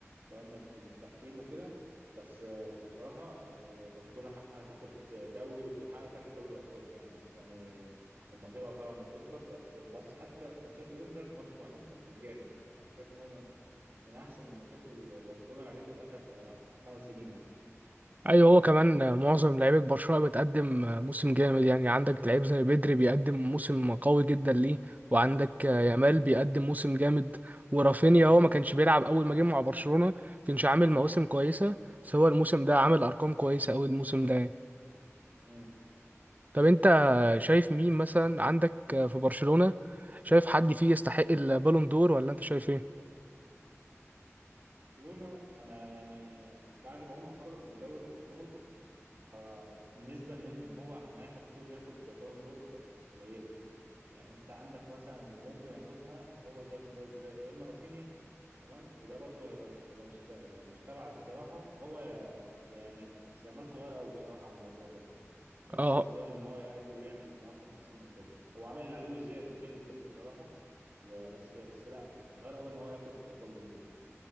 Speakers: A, on the right; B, on the right.
A: تمام من من التحكيم وكده بس بس بصراحة آه، برشلونة حقها تاخد دوري وتحقق تاخد دوري الأبطال كمان بس يعني هم طلعوا طبعا من الانتر بس بس حتى ماتشات الانتر ماتش مع الانتر كان جامد انا شايف ان هو من من من احسن الماتشات اللي برشلونة لعبتها في اخر آه، خمس سنين مثلا
B: ايوه هو كمان معظم لعيبه برشلونة بتقدم موسم جامد يعني عندك لعيب زي بدري بيقدم موسم قوي جدا ليه وعندك
A: اه
B: يامال
A: طبعا
B: بيقدم موسم جامد ورافينيا
A: مم.
B: هو ما كانش بيلعب اول ما جه مع برشلونة ما كانش عامل مواسم كويسه بس هو الموسم ده عامل ارقام كويسه قوي الموسم ده يعني.
A: مم.
B: طب انت شايف مين مثلا عندك في برشلونة شايف حد فيه يستحق البالون دور ولا انت شايف ايه؟
A: برشلونة انا يعني بعد ما هم خرجوا من دوري الأبطال آه، نسبة ان إن هو ان اي حد فيهم ياخد بالون دور آه، قليلة يعني انت عندك مثلا اللي ممكن ياخدها هو زي ما انت قلت زي يا اما رافينيا تمام وده برضو هيبقى هيبقى مست... يعني مستبعد بصراحه هو يا يا يامال بس يامال صغير قوي بصراحه على الموضوع ده يعني لسه
B: اه
A: قدامه ان هو يأدي ويعمل مواسم احسن من كده هو عامل اللي عليه وزياده وشايل الفريق بصراحه وبس بس لا يعني صغير قوي ان هو ياخد بالون دور